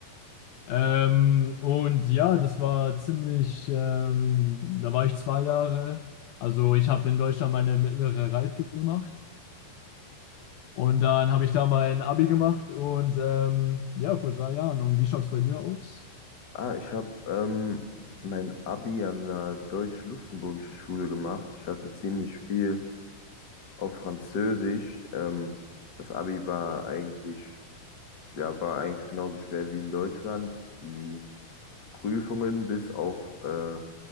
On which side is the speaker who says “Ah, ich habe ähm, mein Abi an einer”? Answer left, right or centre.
Left